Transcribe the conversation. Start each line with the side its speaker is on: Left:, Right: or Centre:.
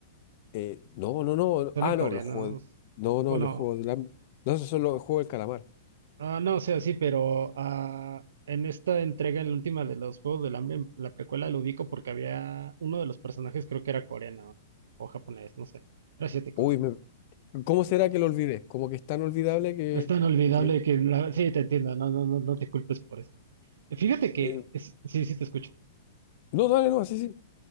Left: eh, no, no, no.
Right: Salen
Left: Ah,
Right: coreanos.
Left: no, los juegos. No, no,
Right: Bueno,
Left: los Juegos del Hambre. No, esos son los Juegos del Calamar.
Right: Ah, no, o sea, sí, pero ah, en esta entrega, en la última de los Juegos del Hambre, en la precuela lo ubico porque había uno de los personajes, creo que era coreano o japonés, no sé, era asiático.
Left: Uy, me, ¿Cómo será que lo olvidé? Como que es tan olvidable que...
Right: Es tan olvidable
Left: que
Right: que la- sí, te entiendo, no, no, no, no te culpes por eso. Fíjate que,
Left: eh,
Right: sí, sí, te escucho.
Left: no, dale, no, sí, sí.